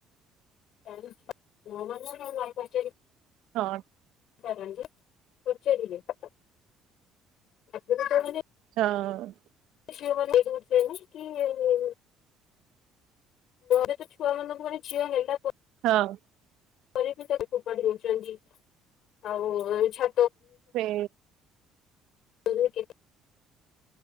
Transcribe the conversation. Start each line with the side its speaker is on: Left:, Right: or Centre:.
Left: <inaudible>
Right: ହଁ।
Left: <unintelligible>
Right: ହଁ।
Left: <inaudible> ରେ ତ ଛୁ ମାନଙ୍କୁ ଣି ଝିଅ ହେଲା ପ <unintelligible>
Right: ହଁ।
Left: ପରେ ବି ତାକୁ ଫୋପାଡ଼ିଦଉଚନ୍ତି ଆଉ ଛା।
Right: ଫେ
Left: କେ